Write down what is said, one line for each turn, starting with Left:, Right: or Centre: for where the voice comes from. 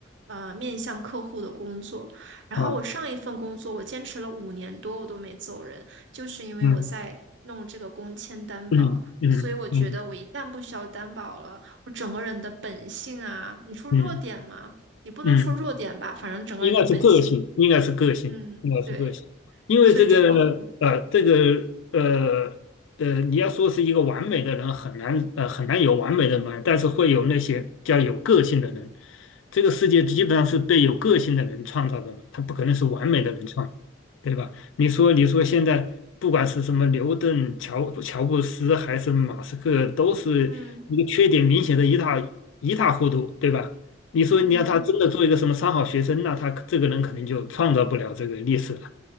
Right: 呃，面向客户的工作。然后我上一份工作我坚持了五年多，
Left: 啊，
Right: 我都没走人，就是因为我在弄这个工签担保，
Left: 嗯嗯嗯嗯
Right: 所以我觉得我一旦不需要担保了，我整个人的本性啊，你说弱点吗？
Left: 嗯
Right: 也不能说弱点吧，
Left: 嗯嗯。
Right: 反正整个人的本性，
Left: 应该是个性，应该是个性，
Right: 嗯，
Left: 应该是个性，
Right: 对，
Left: 因为这个呃，
Right: 这很，
Left: 这个呃呃，你要说是一个完美的人，很难呃很难有完美的人，但是会有那些叫有个性的人。这个世界基本上是被有个性的人创造的嘛，他不可能是完美的人创造，对吧？你说你说现在不管是什么牛顿、乔乔布斯还是马斯克，都是一个缺点明显的一塌一塌糊涂，
Right: 嗯
Left: 对吧？你说你让他真的做一个什么三好学生，
Right: 嗯
Left: 那他这个人肯定就创造不了这个历史了。